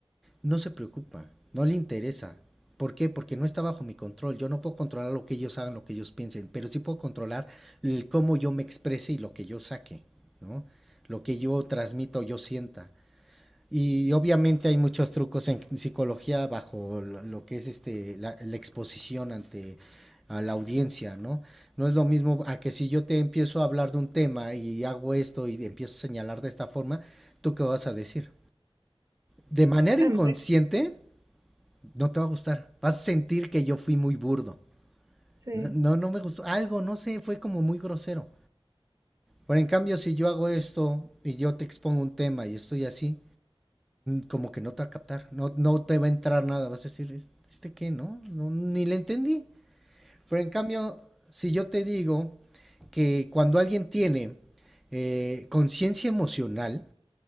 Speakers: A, in the centre; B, on the right (about 35°).
A: No se preocupa, no le interesa. ¿Por qué? Porque no está bajo mi control. Yo no puedo controlar lo que ellos hagan, lo que ellos piensen, pero sí puedo controlar el cómo yo me exprese y lo que yo saque, ¿no? Lo que yo transmito, yo sienta. Y obviamente hay muchos trucos en psicología bajo lo, que es este, la, la exposición ante a la audiencia, ¿no? No es lo mismo a que si yo te empiezo a hablar de un tema y hago esto y te empiezo a señalar de esta forma, ¿tú qué vas a decir? De manera
B: Claro,
A: inconsciente,
B: me
A: no te va a gustar. Vas a sentir que yo fui muy burdo.
B: parece-
A: No, no, no me gustó. Algo, no sé, fue como muy grosero. Pero en cambio, si yo hago esto y yo te expongo un tema y estoy así, como que no te va a captar, no, no te va a entrar nada, vas a decir, "¿Es- ¿este qué? No, no, ni le entendí. Pero en cambio, si yo te digo que cuando alguien tiene eh, conciencia emocional,